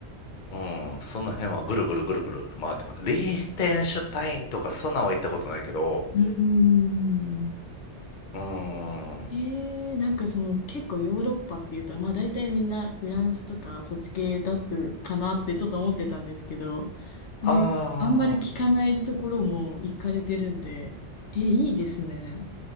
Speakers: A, on the left (about 45°); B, on the left (about 70°).
A: うん、その辺はぐるぐるぐるぐる回ってます。リーテンシュタインとかそんなんは行ったことないけど、
B: うーん
A: うん、あ
B: えー、なんかその結構ヨーロッパっていうと、まあ大体みんなフランスとかそっち系出すかなってちょっと思ってたんですけど、であんまり聞かないところも行かれてるんで、
A: あ、
B: えー、いいですね。